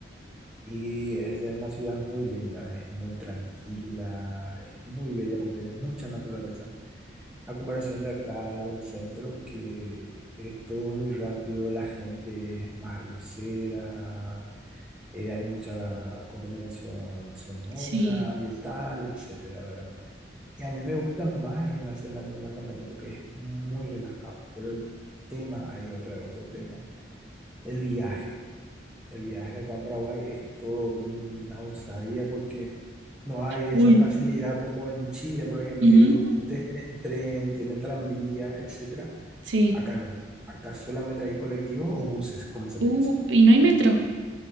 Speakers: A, in the centre; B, on the right.
A: Y es de una ciudad muy linda, es muy tranquila, es muy bella porque tiene mucha naturaleza. A comparación de acá del centro, que es todo muy rápido, la gente es más grosera, eh, hay mucha contaminación sonora,
B: Sí.
A: ambiental, etcétera, ¿verdad? Y a mí me gusta más en Nueva Zelanda en la campaña porque es muy relajado. Pero el tema, hay otro, otro tema, el viaje. El viaje acá en Paraguay es todo una osadía porque no hay
B: Uy.
A: esa facilidad como en Chile, por ejemplo,
B: ujú,
A: que ellos, ustedes tienen tren, tienen tranvía, etcétera.
B: Sí.
A: Acá no. Acá solamente hay colectivos o buses, como se
B: Uh,
A: le dice.
B: y no hay metro.